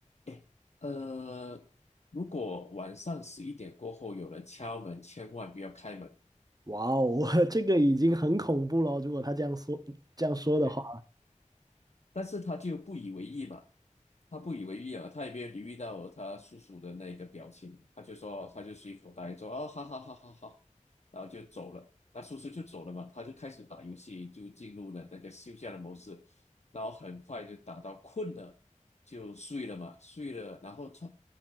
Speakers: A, on the left; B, on the right.
A: “哎，呃，如果晚上十一点过后有人敲门，千万不要开门。”
B: 哇哦，<laughs> 这个已经很恐怖了。如果他这样说这样说的话，
A: 对，但是他就不以为意嘛，他不以为意啊，他也没有留意到他叔叔的那个表情，他就说哦，他就随口答应说，哦，好好好好好，然后就走了。那叔叔就走了嘛，他就开始打游戏，就进入了那个休假的模式，然后很快就打到困了，就睡了嘛，睡了，然后差